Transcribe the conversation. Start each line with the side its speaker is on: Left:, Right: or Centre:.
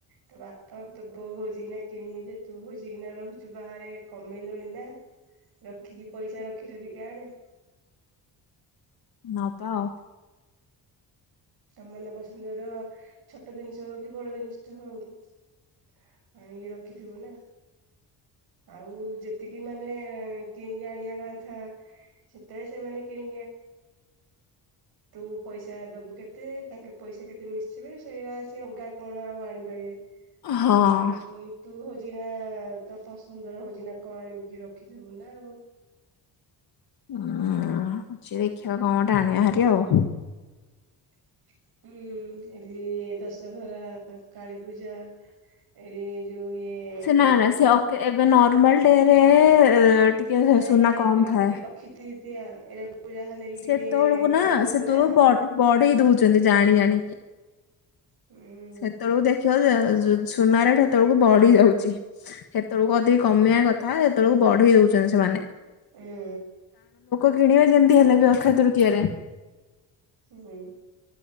Right: ତୋ ବାପା ତୋ ବୋଉ ହଉଛି କିଣିବ ଯେ ତୁ ହଉଛିିନା ରହୁଛୁ ବାହାରେ କମେଇଲୁଣି ନା। ରଖିକି ପଇସା ରଖି ରଖିକି ଆଣେ।
Left: ନବା ଆଉ।
Right: ତ ମନ ପସନ୍ଦର ଛୋଟ ଜିନିଷ ହଉ କି ବଡ ଜିନିଷ ହଉ ଆଣିକି ରଖିଥିବୁ ନା ଆଉ। ଆଉ ଯେତିକି ମାନେ କିଣିକି ଆଣିବା କଥା ସେତେବେଳେ ସେମାନେ କି <inaudible> ତୁ ପଇସା ଦବୁ କେତେ ତାଙ୍କେ ପଇସା କେତେ ମିଶିବେ ସେଇଆ ସେ ଅଲଗା କଣ ଆଉ ଆଣିପାରିବେ
Left: ହଁ
Right: ଆଉ ତୁ ହଉ ନା ତ ପସନ୍ଦର ହଉଛିନା କ ଆଣିବ କି ରଖିଥିବୁ ନା ଆଉ।
Left: ହୁଁ ଅଛି ଦେଖିବା କଣ ଗୋଟେ ଆଣିବାହାରି ଆଉ
Right: <inaudible> ହୁଁ ଏଲିଏ ଦଶହରା କାଳୀ ପୂଜା ଏଡି ଯୋଉ ଇଏ
Left: ସେ ନା ନା ସେ ଅକେ ଏବେ ନର୍ମାଲ ଡେ ରେ ଟିକେ
Right: ନାଇଁ
Left: ସୁନା
Right: ନାଇଁ
Left: କମ
Right: ରଖି
Left: ଥାଏ
Right: ଅକ୍ଷି ତୃତୀୟା ଏରାକୁ ଯାହାହେଲେ କି
Left: ସେତେବେଳକୁ
Right: ଟିକେ
Left: ନା
Right: କମୁଛି
Left: ସେତେବେଳକୁ
Right: ନା
Left: ବ ବଡ ଦଉଛନ୍ତି ଜାଣି ଜାଣିକି
Right: ହୁଁ
Left: ସେତେବେଳକୁ ଦେଖିବ ସୁନା ରେଟ ହେତେବେଳକୁ ବଢି ଯାଉଛି ହେତେବେଳକୁ ଅଧିକ କମିବା କଥା ହେତେବେଳକୁ ବଢେଇ ଦଉଛ ସେମାନେ
Right: ହୁଁ।
Left: କିଣିବା ଯେମତି ହେଲେ ବି ଅକ୍ଷୟ ତୃତୀୟରେ
Right: ହୁଁ।